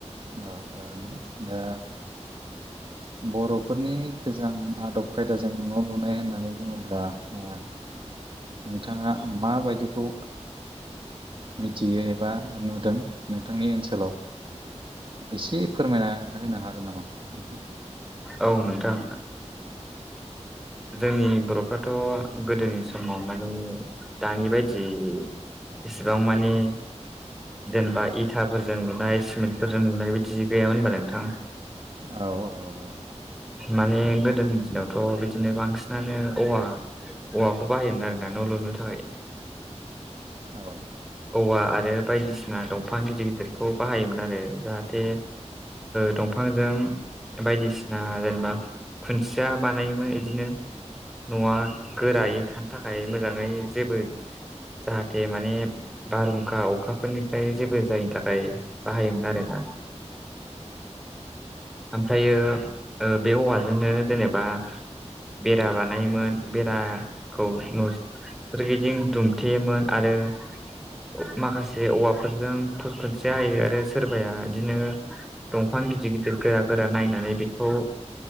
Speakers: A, on the right; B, in the centre.
A: औ जागोननो दा बर'फोरनि गोजाम आदब खायदाजों न' लुनाय होननानै बुङोब्ला नोंथाङा माबायदिखौ मिथियो एबा नुदों नोंथांनि ओनसोलाव एसे फोरमायना होनो हागोन नामा नोंथाङा
B: औ नोंथां जोंनि बर'फोर थ' गोदोनि समाव माने दानि बायदि इसिबां माने जेनेबा इथाफोरजों नुनाय सिमेन्टफोरजों नुनाय बिदि गैयामोन होनबालाय नोंथां
A: औ औ औ
B: माने गोदोनि दिनावथ' बिदिनो बांसिनानो औवा औवाखौ बाहायोमोन आरो ना न' लुनो थाखाय
A: औ
B: औवा आरो बायदिसिना दंफां गिदिर गिदिरखौ बाहायोमोन आरो जाहाथे दंफांजों बायदिसिना जेनेबा खुन्थिया बानायोमोन बिदिनो न'आ गोरायै
A: औ
B: थानो थाखाय मोजाङै जेबो जाहाथे माने बारहुंखा अखाफोरनिफ्राय जेबो जायैनि थाखाय बाहायोमोन आरोना ओमफ्रायो बे औवाजोंनो जेनेबा बेरा बानायोमोन बेराखौ न सोरगिदिं दुमथेयोमोन आरो ओ माखासे औवाफोरजों फस खुन्थिया होयो आरो सोरबाया इदिनो दंफां गिदिर गिदिर गोरा गोरा नायनानै बेखौ